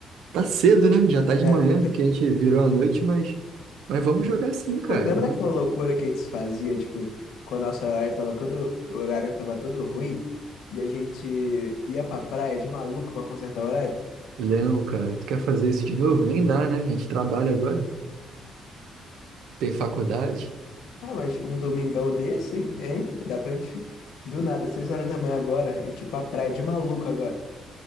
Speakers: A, on the right (about 85°); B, on the left (about 80°).
A: tá cedo, né? Já tá de
B: É.
A: manhã, que a gente virou à noite, mas, mas vamos jogar sim, cara.
B: Pô, tu lembra
A: Vamos.
B: daquela loucura que a gente fazia, tipo, quando o nosso horário tava todo, o horário tava todo ruim e a gente ia pra praia de maluco pra consertar o horário?
A: Léo, cara, tu quer fazer isso de novo? Nem dá, né? A gente trabalha agora, tem faculdade.
B: Ah, mas um domingão desse, hein? hein? Dá pra gente, do nada, seis horas da manhã agora, a gente ir pra praia de maluco agora.